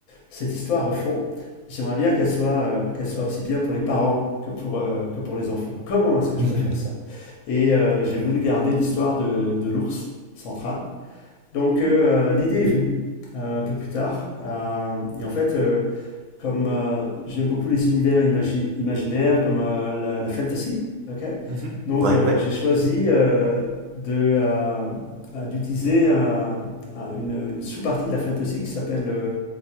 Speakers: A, on the left; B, on the right.
A: cette histoire, au fond, j'aimerais bien qu'elle soit, euh, qu'elle soit aussi bien pour les parents que pour, euh, que pour les enfants. Comment est-ce que
B: mhm,
A: je peux faire ça? Et euh, j'ai voulu garder l'histoire de, de l'ours central. Donc euh, euh, l'idée est venue euh, un peu plus tard. Euh, et en fait, euh, comme euh, j'aime beaucoup les univers imagi- imaginaires, comme euh, la, la fantasy. ok
B: mhm.
A: Donc,
B: Ouais,
A: euh,
B: ouais.
A: j'ai choisi euh, de, euh, euh, d'utiliser euh, un- une, une sous-partie de la fantasy qui s'appelle euh,